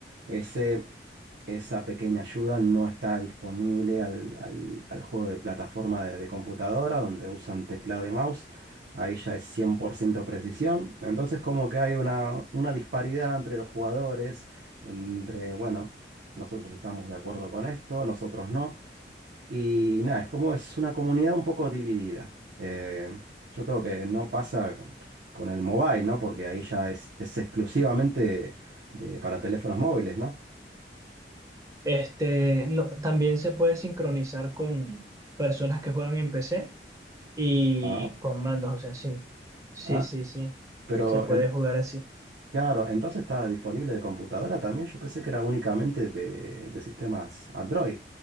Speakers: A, on the right; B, on the right.
A: Ese, esa pequeña ayuda no está disponible al, al- al juego de plataforma de, de computadora, donde usan teclado y mouse. Ahí ya es 100% precisión. Entonces como que hay una, una disparidad entre los jugadores, entre, bueno, nosotros estamos de acuerdo con esto, nosotros no. Y nada, es como es una comunidad un poco dividida. Eh, yo creo que no pasa con, con el mobile, ¿no? Porque ahí ya es, es exclusivamente de, para teléfonos móviles, ¿no?
B: Este, no, también se puede sincronizar con personas que juegan en PC y
A: Ah,
B: con mandos, o sea, sí. Sí,
A: ah,
B: sí, sí.
A: pero
B: Se puede
A: en-
B: jugar así.
A: claro, entonces está disponible de computadora también. Yo pensé que era únicamente de, de sistemas Android.